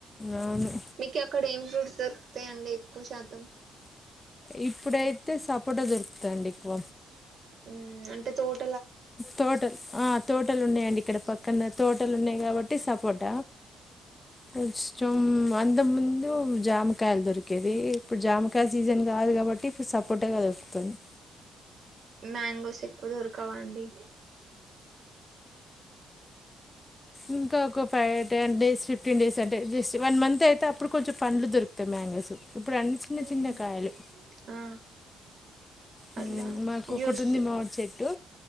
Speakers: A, on the left; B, on the right.
A: అవును
B: మీకు అక్కడ ఏం ఫ్రూట్స్ దొరుకుతాయిండి కుషతం
A: ఇప్పుడైతే సపోట దొరుకుతాది అండి ఎక్కువ
B: హు అంటే తోట
A: తోటలు ఆ తోటలు ఉన్నాయండి ఇక్కడ పక్కన తోటలు ఉన్నాయి కాబట్టి సపోట కొంచం అంతకు ముందు జామ కాయలు దొరికేది ఇప్పుడు జామకాయ సీజన్ కాదు కాబట్టి ఇప్పుడు సపోటానే దొరుకుతుంది
B: మ్యాంగోస్ ఎక్కువ దొరకవా అండి
A: ఇంకోకా five ten days fifteen days అంటే జస్ట్ వన్ మంత్ అయితే అప్పుడు కొంచెం పండ్లు దొరుకుతాయి మ్యాంగోస్ ఇప్పుడు అన్నీ చిన్న
B: హ్మ్
A: చిన్న కాయలే
B: ఆ
A: హు
B: అట్లా
A: మాకు
B: జ్యూస్
A: ఒకటి ఉంది మామిడి చెట్టు